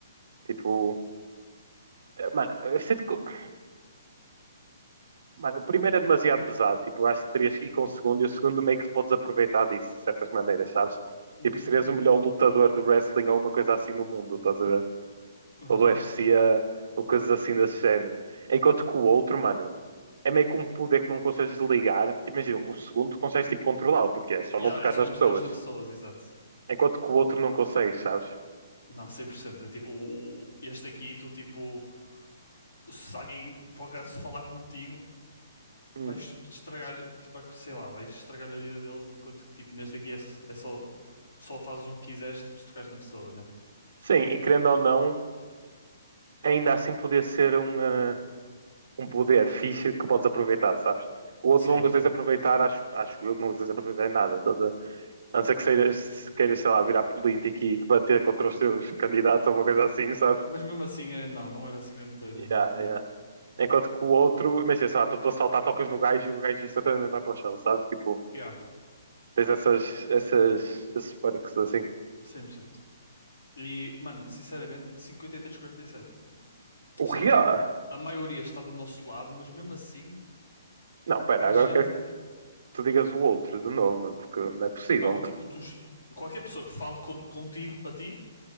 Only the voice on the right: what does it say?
Tipo. Eh, Mano, eu sinto que. Mano, o primeiro é demasiado pesado. Tipo, eu acho que terias que ir com o segundo e o segundo meio que podes aproveitar disso, de certas maneiras, sabes?
Tipo, serias o melhor lutador de wrestling ou alguma coisa assim no mundo, estás a ver?
Ou do UFC, eh, ou coisas assim desse género. Enquanto que o outro, mano, é meio que um poder que não consegues ligar. Tipo, imagina, o segundo consegues tipo controlá-lo, porque é só
não tocar
nas
pessoas.
Enquanto que o outro não consegues, sabes?
Hum.
Sim, e querendo ou não, ainda assim podia ser um. eh, um poder fixe que podes aproveitar, sabes? O outro
não consegues
aproveitar, acho, acho eu que não consegues aproveitar em nada. Toda a a não ser que seiras, se queiras, sei lá, virar político e debater contra os teus candidatos ou uma coisa assim, sabes?
Yeah,
yeah. Enquanto que o outro, imagina, sei lá, estou a saltar, tocas no gajo e o gajo instantaneamente vai para o chão, sabes? Tipo,
tens essas, essas, esses perks assim.
O
que é?
Não, pera,
agora
quero que
tu digas o outro de novo, mano, porque não é possível,
mano.